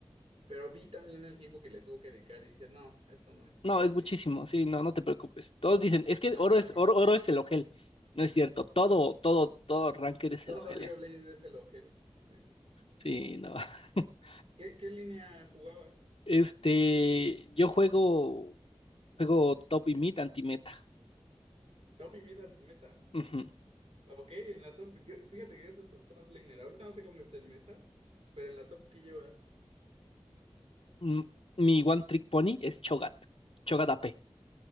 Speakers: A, on the right; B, on the left.
A: Pero vi también el tiempo que le tuvo que dedicar y dije, no, esto no es
B: No,
A: para
B: es muchísimo,
A: mí.
B: sí, no, no te preocupes. Todos dicen, es que
A: <laughs> Una
B: oro
A: normal.
B: es, oro, oro es el ojel. No es cierto, todo, todo, todo ranked es
A: Todo
B: el ojel.
A: League
B: eh.
A: of Legends es el ojel. en efecto.
B: Sí, no. <laughs>
A: ¿Qué, qué línea jugabas
B: Este,
A: o juegas?
B: yo juego, juego top y mid anti-meta.
A: Top y mid anti-meta.
B: Ujú.
A: Ok, en la top. Yo, fíjate que yo soy top, top laner. Ahorita no sé cómo está el meta, pero en la top que llevas.
B: Mm, Mi one trick pony es Chogat. Chogat AP.